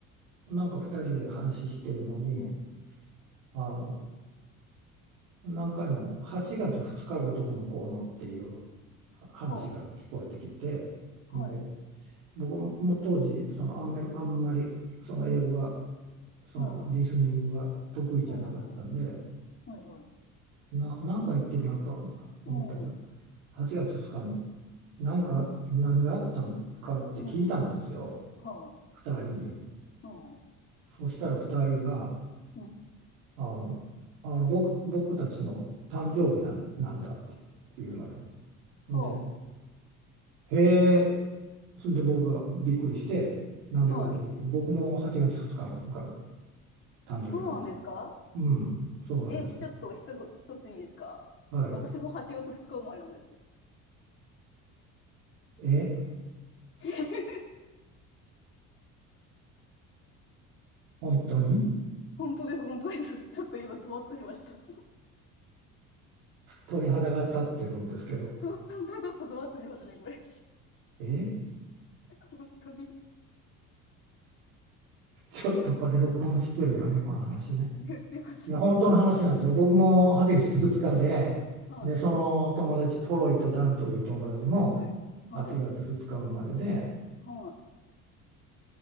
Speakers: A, on the right; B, on the left.
A: なんか二人で話してるのに、
B: うん。
A: あの何回も8月2日がどうのこうのっていう話が聞こえてきて、
B: ほう。はい。
A: で僕も当時そのあんめ、あんまりその英語がそのリスニングが得意じゃなかったんで
B: はい。おー。はいはい。
A: な、なんか言ってるなと思ったけど
B: おー。
A: 8月2日に何か何があったんかって聞いたんですよ
B: ほう。うん。うん。はい。
A: 2人に。
B: うん。
A: そしたら2人が
B: うん。
A: あのあの僕、僕たちの誕生日なんなんだって言うのよ。
B: うん。ほ
A: で、へえ、それで僕がびっくりして、なんでかというと、
B: う。はい。
A: 僕も8月2日のが誕生日なんです。
B: そうなんですか
A: うん、そうなんです。
B: え、ちょっと一つ、一ついいですか私も8月2日生まれなんです。
A: はい。え、
B: <laughs>
A: 本当に
B: 本当です、本当です。ちょっと今、ズワッとしました。<laughs>
A: 鳥肌が立ってるんですけど、
B: 本当、ちょっとズワッとしますね、これ。
A: え、
B: 本当に。
A: ちょっとこれ録音してるよね、この話ね。
B: でしてますね。
A: いや、本当の話なんですよ。僕も8月2日で、
B: <laughs> うん。はい。
A: で、その友達、トロイとダンという友達も
B: はい、はい。はい。
A: 8月2日生まれで、
B: はい。